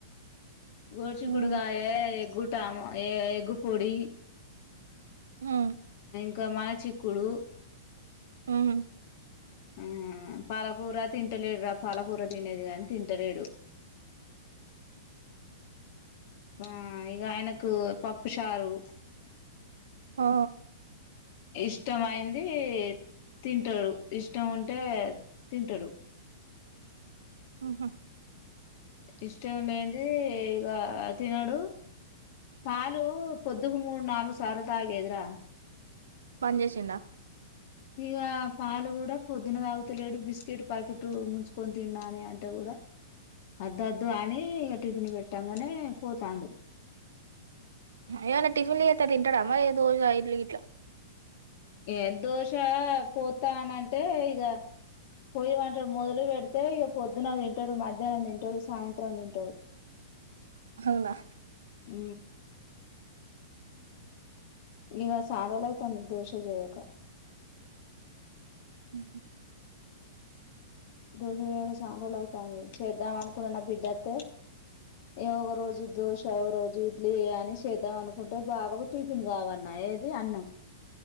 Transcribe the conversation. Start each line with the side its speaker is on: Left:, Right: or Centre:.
Left: గోడ్చికుడుకాయ
Right: ఉమ్
Left: గుడ్ టమ ఏ ఎగ్ పొడి
Right: ఆ
Left: ఒక మన చిక్కుడు
Right: మ్ హ్
Left: ఆ పాలకూర తింటలేడ్రా పాలకూర తినేది గాని తింటలేడు. ఆ ఇగ ఆయనకు పప్ చారు
Right: ఆ
Left: ఇష్టం అయింది తింటడు ఇష్టం ఉంటే తింటడు.
Right: ఆహా
Left: ఇష్టం లేంది ఇగ తినడు పాలు పొద్దుకు మూడు నాలుగు సార్లు తాగేదిరా
Right: బన్ చేసిండా
Left: ఇగ పాలు గుడా పొద్దున తాగుతలేడు బిస్కెట్ ప్యాకెటు ముంచుకొని తిన్ నాని అంటే గుడా అద్దద్దు అని ఇగ టిఫిన్ పెట్టాంగనే పోతాండు.
Right: ఏమన్నా టిఫిన్లు చేస్తే తింటడా మరి దోశ, ఇడ్లీ ఇట్లా
Left: ఏ దోష పోతా అనంటే ఇక పోయి అంటాడు మొదలు పెడితే ఇక పొద్దున్న తింటాడు మధ్యాహ్నం తింటాడు సాయంత్రం తింటాడు
Right: అవునా
Left: ఉ ఇక చానా రోజులు అయితంది దోషలు చేయక
Right: హహ
Left: దోశయక చానులు అవుతంది చేద్దాం అనుకుంట బిడ్డస్తే ఏ ఒక రోజు దోశ ఒక రోజు ఇడ్లీ అని చేద్దాం అనుకుంటే బాగాకు కావన్న ఏది అన్నం